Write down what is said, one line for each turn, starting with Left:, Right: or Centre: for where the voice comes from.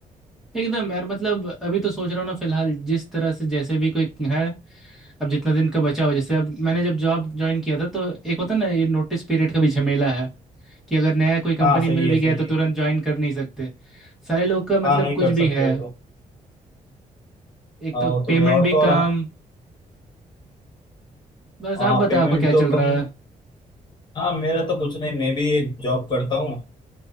Centre: एकदम यार मतलब अभी तो सोच रहा हूँ ना फिलहाल जिस तरह से जैसे भी कोई है अब जितना दिन का बचा हो जैसे अब मैंने जब जॉब ज्वाइन किया था तो एक होता ना ये नोटिस पीरियड का भी झमेला है कि अगर नया कोई कंपनी
Left: हाँ सही
Centre: मिल भी
Left: है सही
Centre: गया तो
Left: है
Centre: तुरंत ज्वाइन कर नहीं सकते सारे लोग का मतलब
Left: हाँ नहीं
Centre: कुछ
Left: कर सकते
Centre: भी है
Left: हो तो
Centre: एक
Left: हाँ
Centre: तो
Left: वो तो
Centre: पेमेंट
Left: है। और
Centre: भी
Left: तो और
Centre: कम
Left: हाँ
Centre: बस
Left: हाँ,
Centre: आप बताओ
Left: पेमेंट
Centre: आपका क्या
Left: तो
Centre: चल रहा
Left: कम
Centre: है
Left: हाँ मेरा तो कुछ नहीं मैं भी एक जॉब करता हूँ